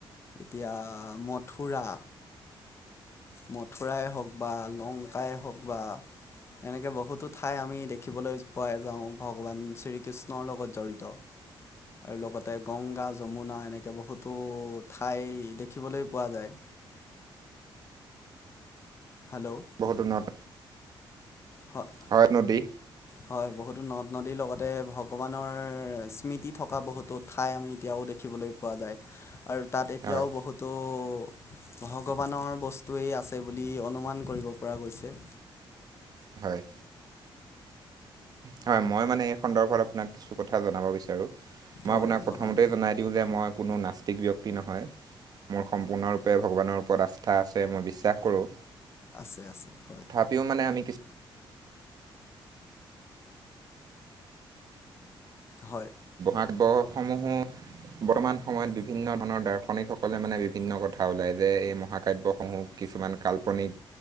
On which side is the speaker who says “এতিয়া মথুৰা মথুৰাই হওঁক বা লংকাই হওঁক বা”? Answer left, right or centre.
Left